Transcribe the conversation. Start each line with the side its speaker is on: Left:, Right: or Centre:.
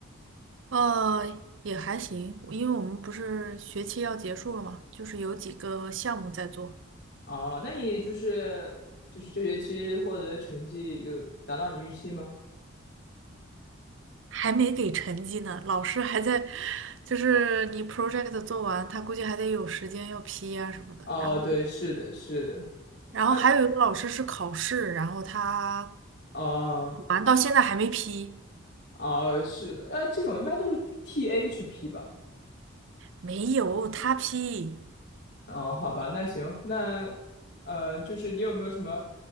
Right: 呃，也还行，因为我们不是学期要结束了嘛，就是有几个项目在做，
Left: 哦，那你就是就是这学期获得的成绩有达到你预期吗？
Right: 还没给成绩呢，老师还在，就是你 project 做完，他估计还得有时间要批啊什么的。
Left: 哦，
Right: 然后，
Left: 对，是的，是的，
Right: 然后还有一个老师是考试，
Left: 啊，
Right: 然后他
Left: 哦
Right: 完到现在还没批，
Left: 哦，是的，啊，这种一般都是 TA 去批吧。
Right: 没有他批，
Left: 哦，好吧，那行，那呃，就是你有没有什么